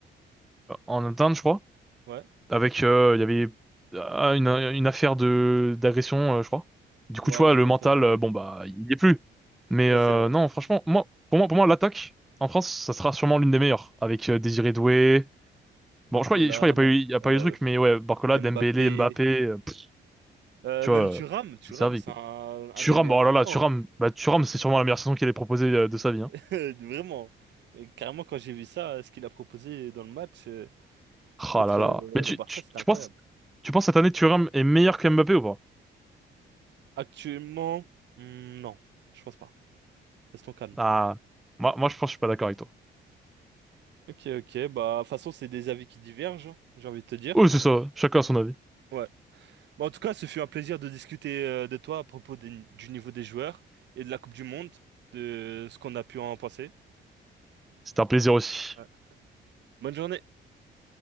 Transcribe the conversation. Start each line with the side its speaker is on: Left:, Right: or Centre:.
Centre: en interne, je crois.
Right: Ouais,
Centre: avec euh, il y avait ah, une, une affaire de d'agression, euh, je crois. Du coup,
Right: ouais,
Centre: tu vois,
Right: j'en
Centre: le
Right: ai
Centre: mental,
Right: entendu parler.
Centre: euh, bon bah, il y est plus. Mais
Right: Ouais,
Centre: euh,
Right: c'est vrai.
Centre: non, franchement, moi, pour moi, pour moi, l'attaque en France, ça sera sûrement l'une des meilleures, avec euh, Désiré Doué. Bon,
Right: Barcola,
Centre: je crois, il- y a- je crois, il y a pas eu, il y a pas
Right: euh,
Centre: eu de truc, mais ouais, Barcola,
Right: Mbappé,
Centre: Dembélé, Mbappé, euh, pff,
Right: euh,
Centre: tu
Right: même
Centre: vois,
Right: Thuram.
Centre: euh,
Right: Thuram,
Centre: c'est servi.
Right: c'est
Centre: Quoi.
Right: un,
Centre: Thuram,
Right: un des meilleurs
Centre: oh
Right: neufs.
Centre: là là,
Right: hein.
Centre: Thuram, bah Thuram, c'est sûrement la meilleure saison qu'il ait proposée euh, de sa vie. Hein.
Right: <laughs> Vraiment. Et carrément, quand j'ai vu ça, ce qu'il a proposé dans le match euh,
Centre: Ah
Right: contre
Centre: là là.
Right: euh,
Centre: Mais tu,
Right: le Barça,
Centre: tu,
Right: c'était
Centre: tu
Right: incroyable.
Centre: penses, tu penses cette année Thuram est meilleur que Mbappé ou pas?
Right: Actuellement, hmm, non, je pense pas. Restons calme.
Centre: Ah, moi, moi, je pense, que je suis pas d'accord avec toi.
Right: Ok, ok, bah, de toute façon, c'est des avis qui divergent, hein, j'ai envie de te dire.
Centre: Oui, c'est ça. Chacun a son avis.
Right: Ouais. Bon, en tout cas, ce fut un plaisir de discuter euh, de toi à propos des- du niveau des joueurs et de la Coupe du Monde, de ce qu'on a pu en penser.
Centre: C'était un plaisir aussi.
Right: Ouais. Bonne journée.